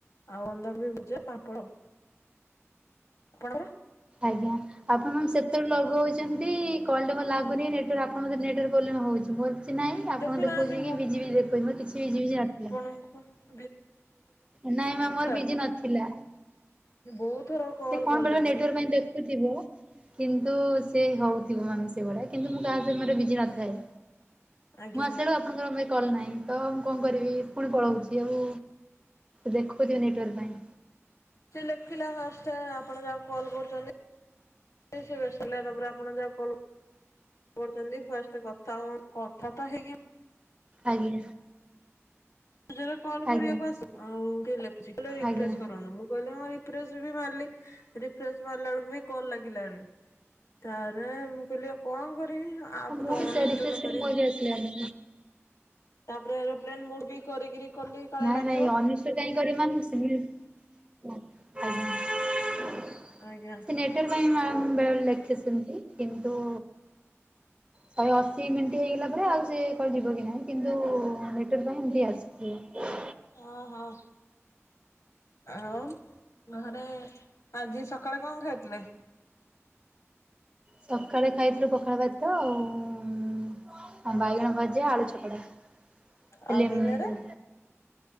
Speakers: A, on the left; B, on the right.
A: ଆଉ ବନ୍ଧାକୋବି ଭଜା ପାମ୍ପଡ଼ ଆଉ। ଆପଣ କର?
B: ଆଜ୍ଞା। ଆପଣ ମତେ ସେତେବେଳେ ଲଗଉଛନ୍ତି କଲଟା ଲାଗୁନି ନେଟୱର୍କ ଆପଣ ନେଟୱର୍କ ପ୍ରୋବ୍ଲେ ହଉଛି। ମୋର କିଛି ନାଇଁ ଆପଣ
A: ଦେଖୁନାହାନ୍ତି
B: ଦେଖଉଛି କି ବିଜି ବି ଦେଖଉ ମୋର କିଛି ବିଜି ବିଝି ନଥିଲା।
A: ଓ ହୋ।
B: ନାଇଁ ମା ମୋର ବିଜି
A: ବି
B: ନଥିଲା।
A: ବହୁତ ଥର କଲ୍
B: ସେ କଣ
A: କଲିଣି
B: ବେଳ ନେଟୱାର୍କ
A: ମୁଁ।
B: ପାଇଁ ଦେଖୁଥିବ। କିନ୍ତୁ ସେ ହୋଉଥିବ ମାମ୍ ସେଭଳିଆ କିନ୍ତୁ ମୁଁ କାହା ସମୟରେ ବିଜି ନଥାଏ।
A: ଆଜ୍ଞା।
B: ମୁଁ ଆସିଲା ବେଳକୁ ଆପଣଙ୍କର ନାଇ କଲ ନାହିଁ ତ ମୁଁ କଣ କରିବି ପୁଣି ପଳୋଉଛି ଆଉ ଦେଖୁଥିବେ ନେଟୱାର୍କ ପାଇଁ।
A: ସେ ଲେଖିଲା ଫାଷ୍ଟେ ଆପଣ ଯାହାକୁ କଲ୍ କରୁଚନ୍ତି ନାଇଁ ସିଏ ବ୍ୟସ୍ତ ଥିଲା ତାପରେ ଆପଣ ଯାହାକୁ କଲ୍ କରୁଚନ୍ତି ଫାଷ୍ଟେ କଥା ହବ କଥା ତ ହେଇକି
B: ଆଜ୍ଞା।
A: ମୁଁ ଯେତେବେଳ କଲ କରିବାକୁ
B: ଆଜ୍ଞା
A: ଆସେ ଆଉ ଲେଖୁଚି ହେଲେ ରିଫ୍ରେସ
B: ଆଜ୍ଞା
A: କରନ୍ତୁ ମୁଁ କାହିକି ହଁ ରି ରିଫ୍ରେସ୍ ବି ମାରଲି ରିଫ୍ରେସ ମାରଲା ବେଳକୁ ବି କଲ୍ ଲାଗିଲାନି। ତାପରେ ମୁଁ କହିଲି ଆଉ କଣ କରିବି ଆପ
B: ହଁ ମୁଁ
A: ତ
B: ବି
A: ଅନଇଷ୍ଟଲ
B: ସେୟା ରିଫ୍ରେଶ କଲି
A: କରି
B: ମୋର
A: ହ
B: ବି ଆସିଲାନି।
A: ତାପରେ ଏରପ୍ଲେନ ମୋଡ ବି କରିକିରି କଲି କାଳେ
B: ନାଇଁ
A: ଲାଗିବ।
B: ନାଇଁ ଅନଇସ୍ ସେ କାଇଁ କରିମାନି ସେମିତ ନା <unintelligible>
A: ଆଜ୍ଞା।
B: ସେ ନେଟୱାର୍କ ପାଇଁ ମାମ୍ ବେଳେବେଳେ ଲେଖେ ସେମତି କିନ୍ତୁ ଶହେ ଅଶୀ ମିନିଟ୍ ହେଇଗଲା ପରେ ଆଉ ସିଏ କଲ ଯିବ କି ନାହିଁ କିନ୍ତୁ ନେ ସେଥିପାଇଁ ହେମିତି ଆସୁଥୁବ।
A: ଓଁ ହଁ। ଆଉ ଘରେ ଆଜି ସକାଳେ କଣ ଖାଇଥିଲେ?
B: ସକାଳେ ଖାଇଥିଲୁ ପଖାଳ ଭାତ ଆଉ ଉଁମ୍ ଆଉ ବାଇଗଣ ଭଜା ଆଳୁ ଚ ଚକଟା ହେଲେ
A: ଆଉ ଦିନରେ
B: ଲେମ୍ବୁ।